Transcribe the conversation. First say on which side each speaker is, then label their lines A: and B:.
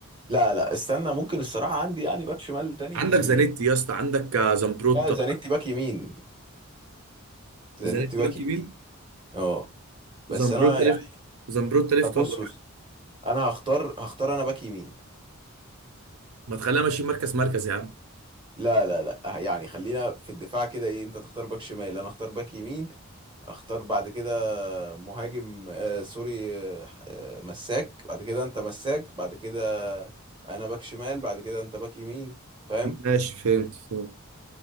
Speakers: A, on the right (about 20°); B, on the right (about 75°).
A: لا لا استنى ممكن الصراحة عندي يعني باك شمال تاني
B: عندك زانيتي يا اسطى عندك آه، زامبروتا
A: لا زانيتي باك يمين نت
B: زانيتي
A: باك
B: باك
A: يمين
B: يمين
A: اه بس
B: زامبروتا
A: انا يعني
B: ليفت زامبروتا ليفت
A: طب بص
B: ولا
A: بص
B: رايت
A: انا هختار هختار انا باك يمين
B: ما تخليها ماشي مركز مركز يا عم
A: لا لا لا يعني خلينا في الدفاع كده ايه انت تختار باك شمال انا اختار باك يمين اختار بعد كده مهاجم آه سوري آه آه، مساك بعد كده انت مساك بعد كده انا باك شمال بعد كده انت باك يمين فاهم
B: ماشي فهمت فهمت